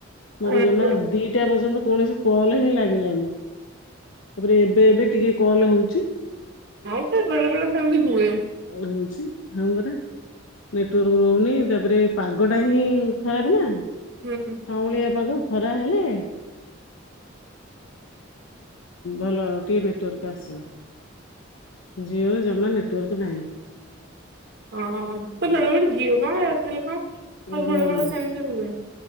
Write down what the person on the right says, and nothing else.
ହୁଁ।
ହଁ ସେ ବେଳେବେଳେ ସେମିତି ହୁଏ।
ହୁଁ।
ହଁ ସେ ବେଳେବେଳେ ଜିଓ କଣ ଏୟାରଟେଲ୍ କଣ ସବୁ
ବେଳେବେଳେ ସେମିତି ହୁଏ।